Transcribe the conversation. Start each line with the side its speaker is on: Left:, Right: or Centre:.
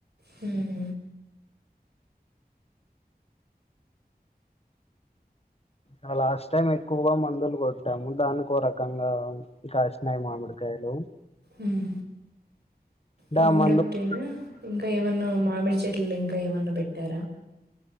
Right: హుమ్
Left: అవి లాస్ట్ టైం ఎక్కువగా మందులు గొట్టాము దానికో రకంగా కాష్నయి మామిడికాయలు
Right: ఉమ్ మామిడొక్టేనా
Left: దా మందుకి
Right: ఇంకా ఏమన్నా మామిడ్ చెట్లు ఇంకా ఏమన్నా బెట్టారా